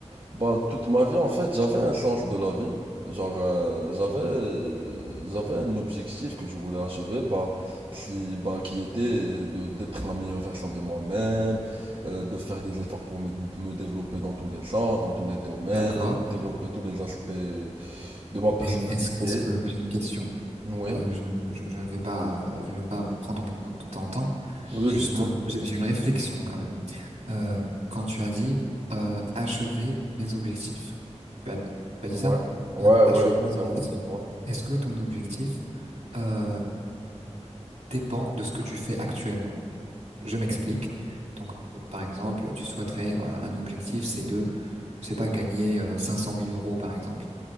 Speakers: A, on the right; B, on the right.
A: Bah, toute ma vie, en fait, j'avais un sens de la vie. Genre, euh, j'avais, euh, j'avais un objectif que je voulais achever, bah, qui, bah, qui était de, d'être la meilleure version de moi-même, euh, de faire des efforts pour me, me développer dans tous les sens, dans tous les domaines,
B: D'accord.
A: développer tous les aspects de ma personnalité.
B: Mais est-ce, est-ce que j'ai une question?
A: Oui.
B: Euh, je, je, je ne vais pas, je ne vais pas prendre beaucoup de ton temps.
A: Oui,
B: Juste,
A: dis-moi.
B: euh, j'ai j'ai une réflexion quand même. euh, quand tu as dit euh, achever mes objectifs. Tu as, tu as dit
A: Ouais.
B: ça?
A: Ouais,
B: Ah, Achever
A: ouais, exactement.
B: mes objectifs.
A: Ouais.
B: Est-ce que ton objectif euh, dépend de ce que tu fais actuellement? Je m'explique. Donc, p- par exemple, tu souhaiterais, voilà, un objectif, c'est de, c'est pas gagner euh, 500 000 euros, par exemple.